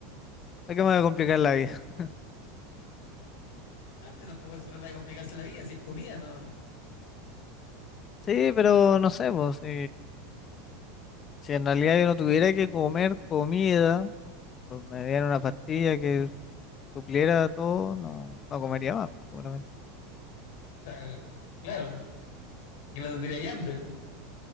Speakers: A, on the left (about 30°); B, on the left (about 70°).
A: ¿Para qué me voy a complicar la vida? <laughs>
B: No, pues tampoco se trata de complicarse la vida, si es comida, ¿no? O
A: Sí, pero no sé, pues, si, si en realidad yo no tuviera que comer comida, pues me dieran una pastilla que supliera todo, no, no comería más, seguramente.
B: sea, claro, que no tendría hambre,